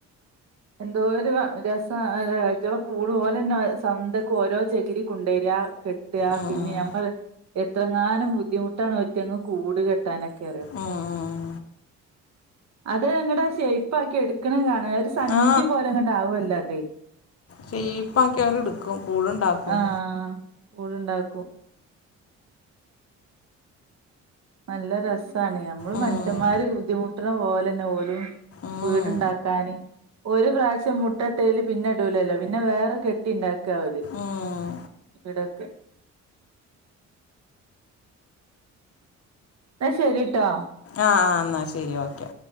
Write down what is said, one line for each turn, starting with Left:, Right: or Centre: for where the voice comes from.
Right: എന്തോരു രസാ അത് അയിറ്റളെ കൂടും ഓലെന്നെ അത് സ്വന്തൊക്കെ ഓരോ ചെകിരി കൊണ്ടുവരാ കെട്ടാ
Left: ഉം,
Right: പിന്നെ
Left: ഉം.
Right: ഞമ് അതെ എത്രങ്ങാനും ബുദ്ധിമുട്ടാണ് അയ്റ്റങ്ങ് കൂട് കെട്ടാനൊക്കെറിയോ
Left: ഉം, ഉം.
Right: അത് ങ്ങടാ ഷേപ്പ് ആക്കി എടുക്കണത് കാണ ഒരു സഞ്ചി
Left: ആ
Right: പോലെ അങ്ങട്ടാവല്ലോ അത്
Left: ഷേപ്പ് ആക്കി അവര് എട്ക്കും കൂടുണ്ടാക്കും
Right: ആഹ് കൂടുണ്ടാക്കും നല്ല രസ്സാണ് ഞമ്മള്
Left: ഉം.
Right: മനുഷ്യമ്മാര് ബുദ്ധിമുട്ട്ണ പോലെന്നെ ഓലും
Left: ഉം.
Right: വീട് ഇണ്ടാക്കാന് ഒരു പ്രാവശ്യം മുട്ടട്ടേല് പിന്നെ ഇടൂലല്ലോ പിന്നെ വേറെ കെട്ടിണ്ടാക്കാ ഓല്
Left: ഉം.
Right: ഇവിടൊക്കെ ന്നാ ശരിട്ടോ
Left: ആഹ് ആഹ് ന്നാ ശരി ഓക്കെ